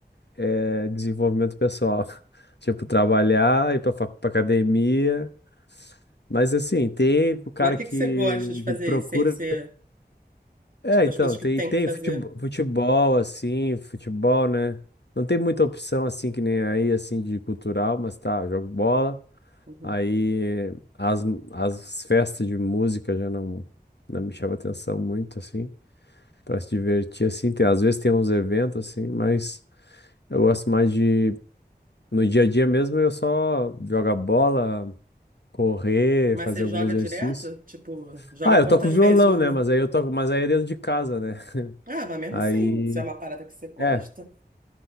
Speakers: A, on the left; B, on the right.
A: é desenvolvimento pessoal. <laughs> Tipo, trabalhar, ir pra, fa- pra academia. Mas assim, tem o cara
B: Mas o que
A: que,
B: que você gosta de fazer
A: que procura.
B: aí, sem ser,
A: É,
B: tipo,
A: então,
B: as coisas
A: tem,
B: que tem
A: tem
B: que fazer?
A: futebol, futebol, assim, futebol, né? Não tem muita opção, assim, que nem aí, assim, de cultural, mas tá, eu jogo bola.
B: Uhum.
A: Aí as, as festas de música já não, não me chama atenção muito, assim, pra se divertir, assim. Tem, às vezes tem uns eventos, assim, mas eu gosto mais de. No dia a dia mesmo, eu só jogar bola, correr,
B: Mas
A: fazer
B: você
A: algum
B: joga
A: exercício.
B: direto? Tipo, joga
A: Ah, eu
B: quantas
A: toco violão,
B: vezes, normal?
A: né? Mas aí eu toco, mas aí é dentro de casa, né? <laughs>
B: Ah, mas mesmo
A: Aí
B: assim, se é uma parada que você gosta,
A: É,